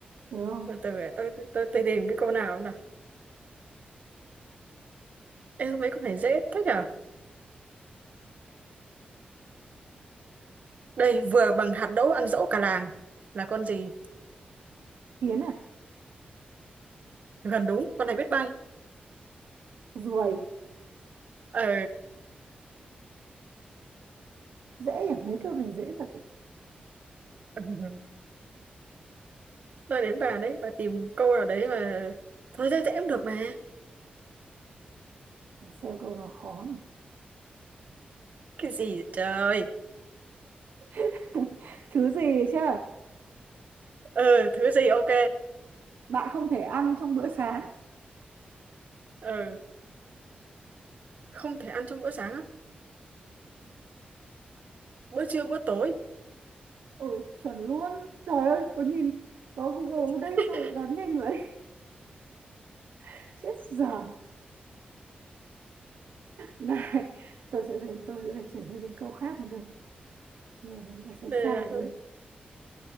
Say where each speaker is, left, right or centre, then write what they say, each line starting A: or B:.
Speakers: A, on the right; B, on the right.
A: đúng không
B: từ từ để tôi tôi tôi tìm cái câu nào nào Ê, mấy con này dễ thế nhở đây vừa bằng hạt đỗ ăn dỗ cả làng là con gì
A: kiến à
B: gần đúng con này biết bay
A: ruồi
B: ờ <laughs>
A: dễ à mấy câu này dễ thật ý.
B: ừ. tôi đến bà đấy bà tìm câu nào đấy mà thôi dễ dễ cũng được mà
A: Để xem câu nào khó mà.
B: cái gì vậy trời
A: <laughs> thứ gì đấy chứ
B: ừ thứ gì ok
A: <laughs> bạn không thể ăn trong bữa sáng
B: ờ không thể ăn trong bữa sáng á bữa trưa bữa tối
A: ôi chuẩn luôn trời ơi có nhìn có Google
B: <laughs>
A: đây sao lại đoán nhanh vậy <laughs> chết dở Này, tôi sẽ phải tôi sẽ phải chuyển sang những câu khác mới được. Nghe nó cũng phải sai
B: đây
A: sai đấy.
B: là